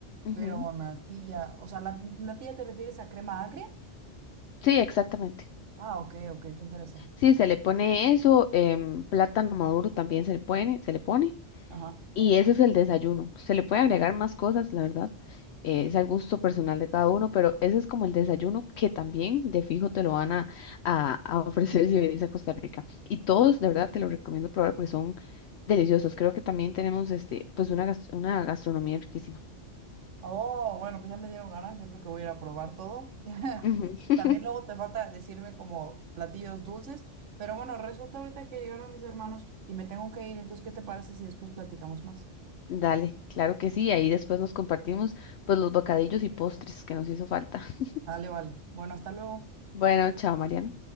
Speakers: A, on the left; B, on the right.
A: ujú,
B: pero natilla, o sea, la natilla te refieres a crema agria?
A: Sí, exactamente.
B: Ah, ok, ok, qué interesante.
A: Sí, se le pone eso, em, plátano maduro también se le pone, se le pone.
B: Ajá.
A: Y ese es el desayuno. Se le puede agregar más cosas, la verdad. eh, es al gusto personal de cada uno, pero ese es como el desayuno que también de fijo te lo van a, a- a ofrecer <laughs> si venís a Costa Rica. Y todos, de verdad, te lo recomiendo probar porque son deliciosos. Creo que también tenemos este, pues una, gas- una gastronomía riquísima.
B: Oh, bueno, pues ya me dieron ganas, yo creo que voy a ir a probar todo. <laughs>
A: Ujú.
B: También luego te falta decirme como platillos dulces, pero bueno, resulta ahorita que llegaron mis hermanos y me tengo que ir, entonces, ¿qué te parece si después platicamos más?
A: Dale, claro que sí. Ahí después nos compartimos pues los bocadillos y postres que nos hizo falta. <laughs>
B: Dale, vale. Bueno, hasta luego.
A: Bueno, chao, Mariana.